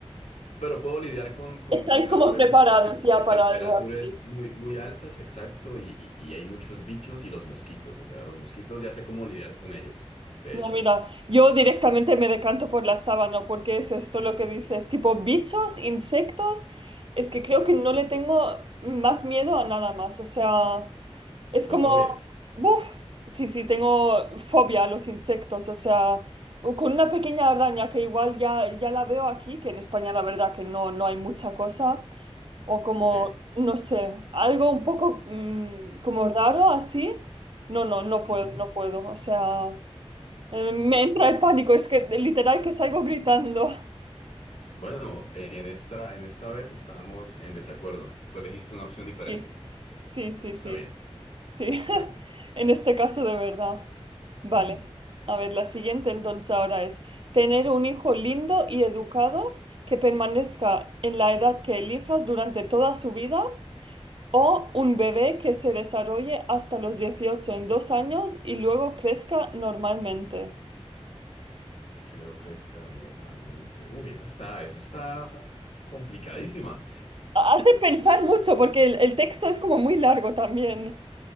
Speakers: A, on the left (about 75°); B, on the right (about 50°).
A: Pero puedo lidiar con, con
B: estáis
A: calores
B: como preparados
A: de, tem-
B: ya
A: de
B: para
A: temperaturas
B: algo así.
A: muy, muy altas, exacto, y, y- y hay muchos bichos y los mosquitos, o sea, los mosquitos ya sé cómo lidiar con ellos, de
B: No,
A: hecho.
B: mira, yo directamente me decanto por la sábana porque es esto lo que dices, tipo bichos, insectos, es que creo que no le tengo más miedo a nada más, o sea, es
A: ¿Los
B: como,
A: odias?
B: uff, sí, sí, tengo fobia a los insectos, o sea, con una pequeña araña que igual ya, ya la veo aquí, que en España la verdad que no, no hay mucha cosa, o como,
A: Sí.
B: no sé, algo un poco mm, como raro así, no, no, no puedo,
A: Ujú.
B: no puedo, o sea... Eh, me entra el pánico, es que literal que salgo gritando.
A: Bueno, e- en esta, en esta vez estamos en desacuerdo. Tú elegiste una opción diferente.
B: Sí, sí, sí,
A: Eso está
B: sí,
A: bien,
B: sí. <laughs>
A: eso está bien.
B: En este caso de verdad. Vale.
A: Ujú.
B: A ver, la siguiente entonces ahora es tener un hijo lindo y educado que permanezca en la edad que elijas durante toda su vida o un bebé que se desarrolle hasta los 18 en dos años y luego crezca normalmente.
A: Que luego crezca normalmente. Uy, eso está, eso está complicadísima.
B: Hace pensar mucho porque el, el texto es como muy largo también.